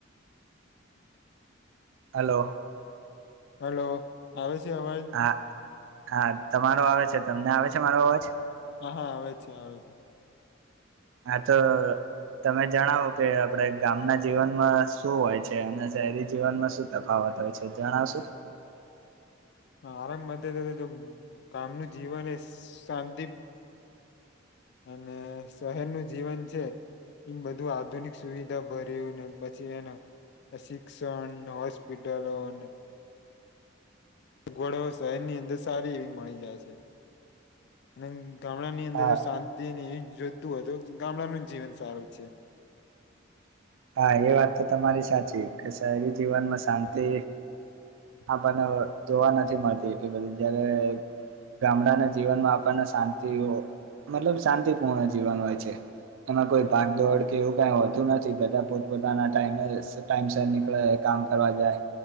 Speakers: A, on the right; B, on the left.
A: હલો
B: હલો આવે છે અવાજ
A: હા હા તમારો આવે છે તમને આવે છે મારો અવાજ
B: હા હા આવે છે આવે છે
A: હા તો તમે જણાવો કે આપડે ગામના જીવનમાં શું હોય છે અને જાહેરી જીવનમાં શું તફાવત હોય છે જણાવશું
B: હા આરામ મદદ જો ગામનું જીવન એ શાં અને શહેરનું જીવન છે એ બધું આધુનિક સુવિધા ભરેયું ને પછી એના અશિક્ષણ, હોસ્પિટલો અને અગવડો શહેરની અંદર સારી એવી મળી જાય છે, અને ગામડા ની અંદર
A: હા
B: જો શાંતિ જોયતું હોય તો
A: હા એ વાત તો તમારી સાચી કે શહેરી જીવનમાં શાંતિ હા પણ અવ જોવા નથી મળતી એટલી બધી જયારે ગામડાના જીવનમાં આપણને શાંતિઓ મતલબ શાંતિપૂર્ણ જીવન હોય છે, એમાં કોઈ પાક દોડ કે એવું કઈ હોતું નથી. બધા પોતપોતાના ટાયમે સ ટાઈમસર